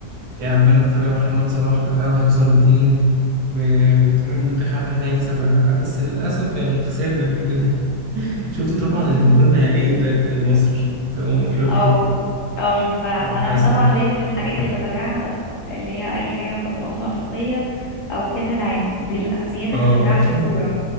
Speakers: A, on the right (about 70°); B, on the left (about 75°).
A: إيه عمال أتفرج على محمد صلاح بقى وهيوصل لفين وبتفرج على المنتخب هل هيكسب ولا لأ بس للأسف يعني خسرنا كل ده <laughs> شفتي طبعا
B: أمم.
A: المباراة النهائية بتاعت مصر في أمم أفريقيا
B: اه اه شفتها
A: للأسف
B: انا طبعا لازم الحاجات اللي بتابعها اللي هي اي حاجه قبل الامم الافريقيه او كاس العالم دي الاساسيات
A: أه
B: اللي بتابعها
A: أكيد
B: في الكوره